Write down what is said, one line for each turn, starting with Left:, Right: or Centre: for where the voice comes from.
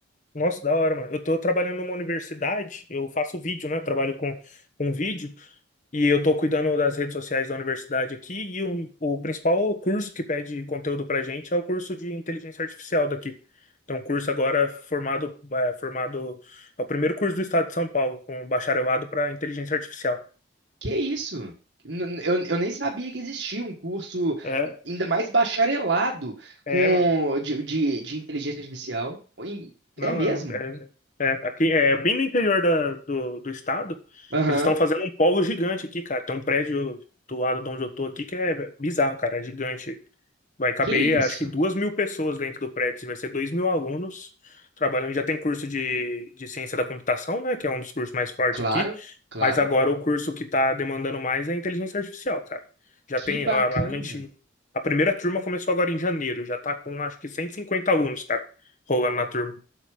Left: Nossa, da hora, mano. Eu tô trabalhando numa universidade, eu faço vídeo, né? Trabalho com, com vídeo. E eu estou cuidando das redes sociais da universidade aqui, e o, o principal curso que pede conteúdo para a gente é o curso de inteligência artificial daqui. Então, um curso agora é formado, é, formado, é o primeiro curso do estado de São Paulo, com bacharelado para inteligência artificial.
Right: Que isso? N- n- Eu, eu nem sabia que existia um curso,
Left: É,
Right: ainda mais bacharelado, com
Left: é, mano.
Right: de, de, de inteligência artificial. Oi,
Left: Não,
Right: É mesmo?
Left: é, um- é, é, aqui, é bem no interior da, do, do estado,
Right: Aham.
Left: eles estão fazendo um polo gigante aqui, cara. Tem um prédio do lado de onde eu tô aqui que é bizarro, cara, é gigante. Vai caber,
Right: Que isso?
Left: acho que duas mil pessoas dentro do prédio, assim, vai ser dois mil alunos trabalhando. Já tem curso de, de ciência da computação, né, que é um dos cursos mais fortes
Right: Claro,
Left: aqui,
Right: claro.
Left: mas agora o curso que está demandando mais é inteligência artificial, cara. Já
Right: Que
Left: tem,
Right: bacana.
Left: a, a gente, a primeira turma começou agora em janeiro, já está com acho que 150 alunos, cara, rolando na turma.